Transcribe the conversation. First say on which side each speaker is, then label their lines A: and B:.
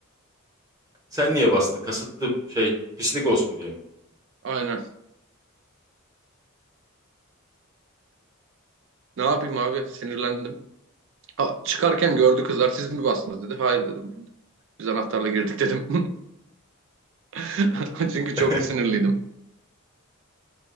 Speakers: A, on the right; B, on the right.
A: Sen niye bastın? Kasıtlı şey pislik olsun diye mi?
B: Aynen. Ne yapayım abi? Sinirlendim. Ha, çıkarken gördü kızlar. Siz mi bastınız dedi. Hayır dedim ben de. Biz anahtarla girdik dedim. <laughs> Çünkü
A: <laughs>
B: çok sinirliydim.